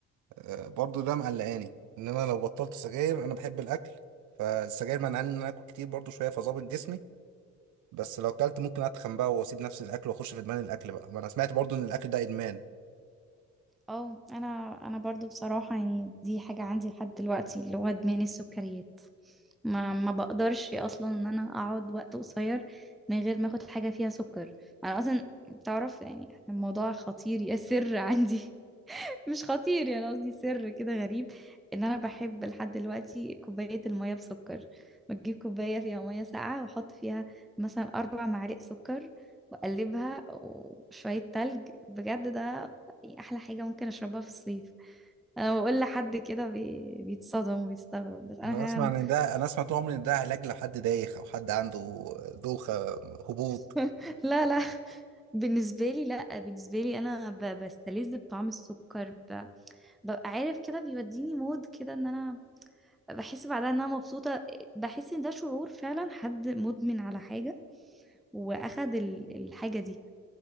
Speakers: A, on the right; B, in the centre.
A: آه، برضه ده مقلقاني ان انا لو بطلت سجاير انا بحب الاكل فالسجاير منعني ان انا اكل كتير برضه شويه فظابط جسمي بس لو اكلت ممكن اتخن بقى واسيب نفس الاكل واخش في ادمان الاكل بقى ما انا سمعت برضو ان الاكل ده ادمان
B: اه انا انا برضو بصراحة يعني دي حاجة عندي لحد دلوقتي اللي هو ادمان السكريات ما ما بقدرش اصلا ان انا اقعد وقت قصير من غير ما اخد حاجة فيها سكر انا اصلا تعرف يعني الموضوع خطير يا سر عندي مش خطير يعني قصدي سر كده غريب ان انا بحب لحد دلوقتي كوبايه الميه بسكر بجيب كوبايه فيها ميه ساقعه واحط فيها مثلا اربع معالق سكر واقلبها وشويه تلج بجد ده احلى حاجه ممكن اشربها في الصيف انا بقول لحد كده بي... بيتصدم وبيستغرب بس انا
A: يعني
B: فعلا
A: انا اسمع ان ده انا اسمع طول عمري ان ده علاج لحد دايخ او حد عنده دوخه هبوط
B: <laughs> لا لا بالنسبه لي لا بالنسبه لي انا ب... بستلذ بطعم السكر ب... ببقى عارف كده بيوديني مود كده ان انا بحس بعدها ان انا مبسوطه بحس ان ده شعور فعلا حد مدمن على حاجه واخد ال- الحاجه دي